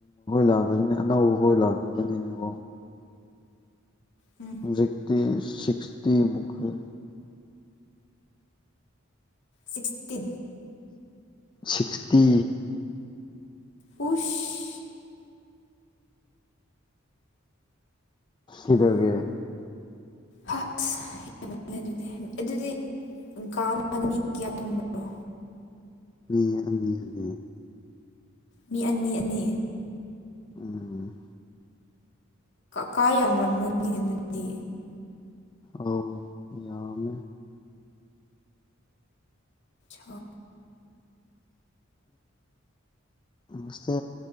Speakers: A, on the left (about 25°); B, on the left (about 65°).
A: ꯂꯥꯛꯇꯕꯅꯤ ꯑꯅꯧꯕ ꯈꯣꯏ ꯂꯥꯛꯇꯕꯅꯤ ꯀꯣ ꯫
B: ꯎꯝ
A: ꯍꯨꯖꯤꯛꯇꯤ ꯁꯤꯛꯁꯇꯤꯃꯨꯛ ꯈꯔ
B: ꯁꯤꯛꯁꯇꯤ
A: ꯁꯤꯛꯁꯇꯤ
B: ꯎꯁ!
A: <unintelligible>
B: ꯍꯁ ꯍꯦꯟꯃꯟꯂꯦ ꯑꯗꯨꯗꯤ ꯑꯗꯨꯗꯤ ꯀꯥ ꯑꯃꯗ ꯃꯤ ꯀꯌꯥꯝ ꯇꯨꯝꯕꯔꯣ?
A: ꯃꯤ ꯑꯅꯤ- ꯑꯅꯤ꯫
B: ꯃꯤ ꯑꯅꯤ ꯑꯅꯤ
A: ꯎꯝ
B: ꯀꯥ ꯌꯥꯝꯔꯝꯃꯣꯏꯅꯤ ꯑꯗꯨꯗꯤ
A: ꯑ ꯌꯥꯃꯦ
B: ꯆ
A: ꯑ ꯅꯁꯦ